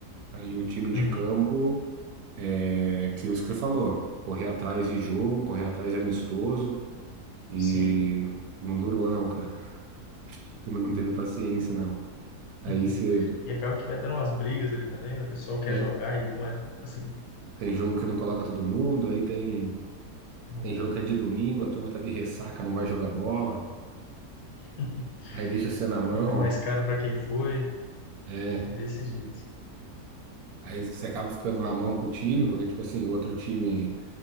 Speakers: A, on the right; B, on the left.
A: Aí o time de
B: Uhum.
A: campo é aquilo que você falou, correr atrás de jogo, correr atrás de amistoso e
B: Sim.
A: não durou não, cara. <laughs> A turma não teve paciência não. Aí
B: <laughs>
A: você
B: E acaba que vai dando umas brigas ali também, né? O pessoal quer
A: é,
B: jogar e não é tipo assim.
A: tem jogo que não coloca todo mundo, aí tem
B: é,
A: tem jogo que é de domingo, a turma tá de ressaca, não vai jogar bola,
B: <laughs>
A: aí deixa você na mão,
B: E fica mais caro para quem foi.
A: é,
B: É desse jeito.
A: aí você acaba ficando na mão com o time, porque tipo assim, o outro time